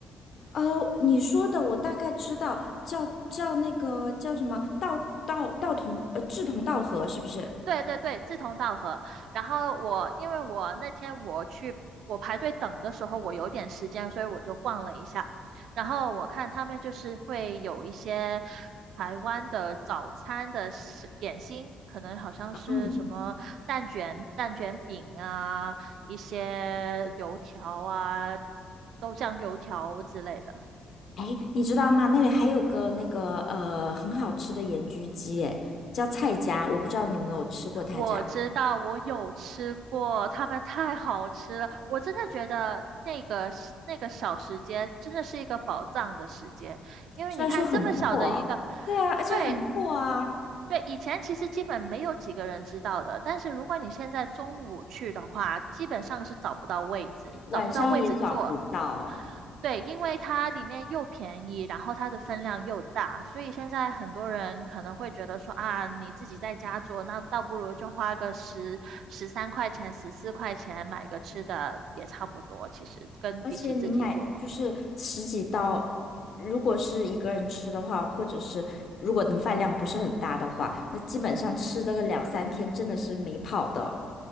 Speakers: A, on the left (about 60°); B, on the right (about 80°).
A: 哦，你说的我大概知道，叫叫那个叫什么道道道同呃志同道合是不是？
B: 对对对，志同道合。然后我因为我那天我去我排队等的时候，我有点时间，所以我就逛了一下。然后我看他们就是会有一些台湾的早餐的食点心，可能好像是什么蛋卷、
A: 嗯，
B: 蛋卷饼啊，一些油条啊、豆浆油条之类的。
A: 哎，你知道吗？那里还有个那个呃很好吃的盐焗鸡，哎，叫蔡家，我不知道你有没有吃过他家，
B: 我知道，我有吃过，他们太好吃了。我真的觉得那个时那个小时间真的是一个宝藏的时间，因为你看这么小的一个，
A: 虽然说很破哦对啊，而且很破啊，
B: 对对，以前其实基本没有几个人知道的，但是如果你现在中午去的话，基本上是找不到位置，
A: 晚上也找不到。
B: 找不到位置坐，对，因为它里面又便宜，然后它的分量又大，所以现在很多人可能会觉得说啊，你自己在家做，那倒不如就花个十十三块钱、十四块钱买个吃的也差不多。其实跟比起自己做，
A: 而且你买就是十几刀，如果是一个人吃的话，或者是如果你饭量不是很大的话，那基本上吃这个两三天真的是没跑的，